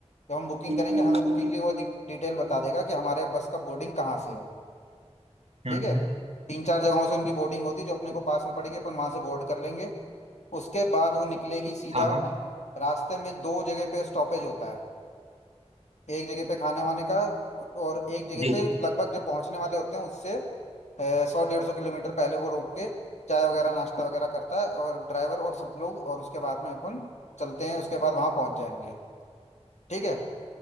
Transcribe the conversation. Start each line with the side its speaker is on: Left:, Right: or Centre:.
Left: जब हम बुकिंग
Right: हम्म
Left: करेंगे हमें बुकिंग की वो डि- डिटेल बता देगा कि हमारे बस का बोर्डिंग कहाँ से है
Right: हम्म,
Left: ठीक है तीन चार जगहों से उनकी बोर्डिंग होती है जो अपने को पास में पड़ेगी अपन वहां से बोर्ड कर लेंगे उसके बाद वो निकलेगी सीधा
Right: हाँ हाँ
Left: रास्ते में दो जगह पे स्टॉपेज होता है एक जगह पे खाने वाने का और और एक जगह
Right: जी
Left: पे
Right: जी
Left: लगभग जब पहुंचने वाले होते हैं उससे सौ डेढ़ सौ किलोमीटर पहले वो रोक के चाय वगैरह नाश्ता वगैरह करता है और ड्राइवर और सब लोग और उसके बाद में अपन चलते हैं उसके बाद वहां पहुंच जाएंगे ठीक है